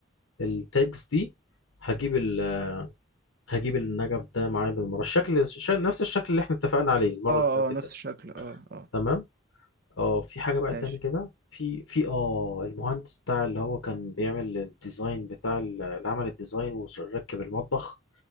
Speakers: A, on the left (about 80°); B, on the right (about 45°).
A: التاجز دي هجيب ال هجيب النجف ده معايا بالمره الشكل الش- نفس الشكل اللي احنا اتفقنا عليه المره
B: اه
A: اللي فاتت
B: اه نفس
A: ده
B: الشكل اه اه
A: تمام اه في حاجه بقى
B: ماشي
A: تاني كده في في اه المهندس بتاع اللي هو كان بيعمل الديزاين بتاع ال- اللي عمل الديزاين وركب المطبخ